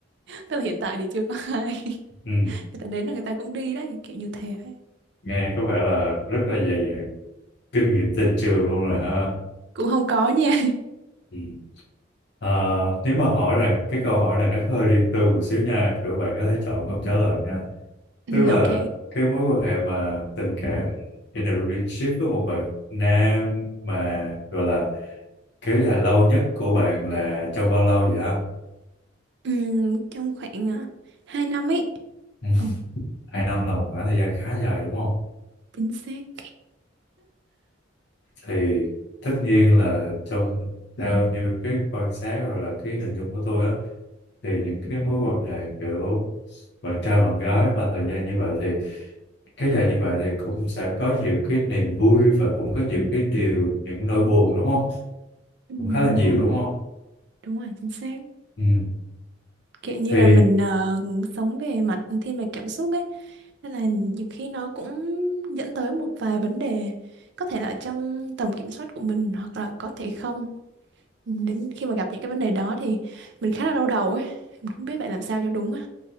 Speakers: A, on the right (about 60°); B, on the left (about 60°).
A: tức là hiện tại thì chưa có ai <laughs>
B: Ừ.
A: người ta đến là người ta cũng đi đấy kiểu như thế ấy.
B: Nghe có vẻ là rất là dày dặn kinh nghiệm tình trường luôn rồi ha.
A: cũng không có nha
B: Ừ. Ờ, nếu mà hỏi rằng cái câu hỏi này nó hơi riêng tư một xíu nha, kiểu bạn có thể chọn không trả lời nha.
A: <laughs> ừ,
B: tức là
A: ok
B: cái mối quan hệ mà tình cảm in a relationship với một bạn nam mà gọi là kéo dài lâu nhất của bạn là trong bao lâu vậy ha?
A: ừ, trong khoảng ờ, hai năm ấy
B: Ừ.
A: ồ
B: Hai năm là một khoảng thời gian khá dài đúng không?
A: chính xác
B: Thì tất nhiên là trong theo như cái quan sát hoặc là cái hình dung của tôi á thì những cái mối quan hệ kiểu bạn trai bạn gái mà thời gian như vậy thì kéo dài như vậy thì cũng sẽ có nhiều cái niềm vui và cũng có nhiều cái điều những nỗi buồn đúng không?
A: ừ,
B: Cũng khá là
A: đúng
B: nhiều
A: rồi
B: đúng không?
A: đúng rồi chính xác
B: Ừ.
A: kiểu như
B: thì
A: là mình ờ, sống về mặt thiên về cảm xúc ấy nên là nhiều khi nó cũng dẫn tới một vài vấn đề có thể là trong tầm kiểm soát của mình hoặc là có thể không Ừ, đến khi mà gặp những cái vấn đề đó thì mình khá là đau đầu ấy mình không biết phải làm sao cho đúng á